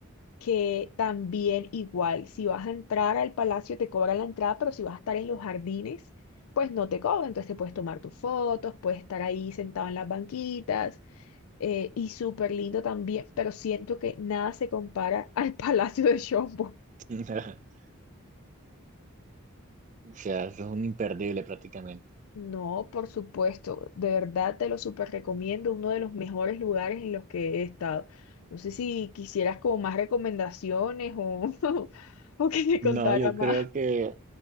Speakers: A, on the left; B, on the right.
A: que también igual, si vas a entrar al palacio te cobran la entrada, pero si vas a estar en los jardines, pues no te cobran. Entonces te puedes tomar tus fotos, puedes estar ahí sentado en las banquitas eh, y súper lindo también, pero siento que nada se compara <laughs> al Palacio de Chombo.
B: <laughs> O sea, eso es un imperdible prácticamente.
A: No, por supuesto, de verdad te lo súper recomiendo, uno de los mejores lugares en los que he estado. No sé si quisieras como más recomendaciones o, <laughs> o que te contara
B: No, yo
A: más.
B: creo que